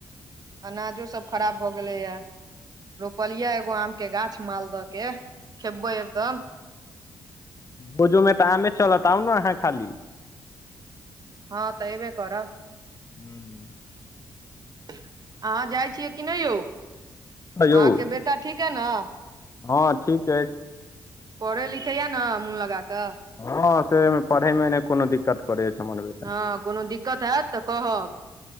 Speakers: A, on the right; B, on the left.
A: अनाजो सब खराब भऽ गेलैए रोपलियए एगो आम के गाछ मालदह के खेबै एकदम
B: भोजोमे तऽ अमे चलत आउ ने अहाँ खाली
A: हँ तऽ एबे करब
B: हू <inaudible>
A: अहाँ जाइ छियै कि नहि यौ अहाँके
B: यौ
A: बेटा ठीक है ने
B: हँ ठीक अछि
A: पढ़ै लिखैए ने मोन लगा कऽ
B: हँ से पढ़ैमे एने कोनो दिक्कत करै छै हमर बेटा
A: हँ कोनो दिक्कत हैत तऽ कहब